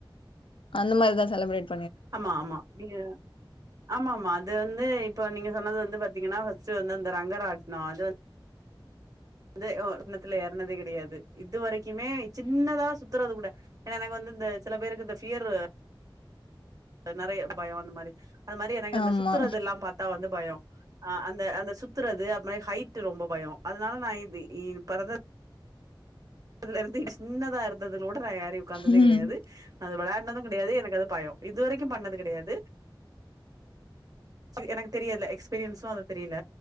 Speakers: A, on the left (about 80°); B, on the right (about 45°).
A: அந்த மாரிதா செலப்ரேட்
B: அம்மா அம்மா நீங்க ஆமா ஆமா அது வந்து இப்ப நீங்க சொன்னது வந்து பாத்தீங்கின்னா பர்ஸ்ட்ட் வந்து இந்த ரங்கரட்னோ அது வ அதே ஒ இன்னத்துல ஏறனதே கெடையாது இது வரைக்குமே சின்னதா சுத்துறது கூட ஏன்னா எனக்கு வந்து இந்த சில பேருக்கு இந்த ப்பியர் அது நெறய பயோ அந்மாரி அது மாரி எனக்கு இந்த
A: ஆமா.
B: சுத்துறதுல்லா பாத்தா வந்து பயோ ஆ அந்த அந்த சுத்துறது அது மாரி ஹைட் ரொம்ப பயோ அதனால நா இ பெறந்த அதுல இருந்து இ சின்னதா இருந்ததுலோட ஏறி உக்காந்ததே
A: ம்.
B: கெடையாது அது விளயானது கெடையாது எனக்கு அது பயோ இதுவரைக்கு பண்ணது கெடையாது எனக்கு தெரியல எக்ஸ்பீரியன்ஸ் அது தெரியல